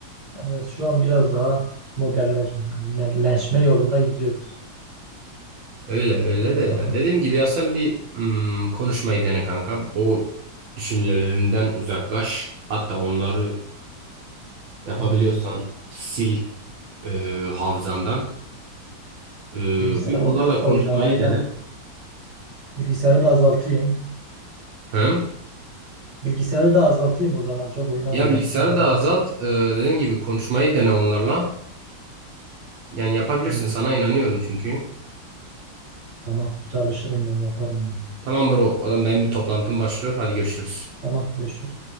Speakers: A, on the right; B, on the right.
A: evet, şu an biraz daha modernleşme yolunda gidiyoruz.
B: Öyle öyle
A: Yani
B: de ya.
A: bakın
B: Dediğim gibi ya sen bir hmm, konuşmayı dene kanka. O düşüncelerinden uzaklaş. Hatta onları yapabiliyorsan
A: Hmm.
B: sil e, hafızandan. E,
A: bilgisayar
B: bir onlarla
A: o-
B: konuşmayı
A: oynamayı
B: dene.
A: da bilgisayarı da azaltayım.
B: Hı?
A: Bilgisayarı da azaltayım o zaman çok oynamayayım.
B: Ya bilgisayarı
A: Onlarla
B: da azalt.
A: çok
B: E, dediğim gibi konuşmayı dene onlarla. Yani yapabilirsin.
A: bilmiyorum.
B: Sana inanıyorum çünkü.
A: Tamam çalışırım ben yaparım. ben.
B: Tamam bro. O zaman benim bir toplantım başlıyor. Hadi görüşürüz.
A: Tamam görüşürüz.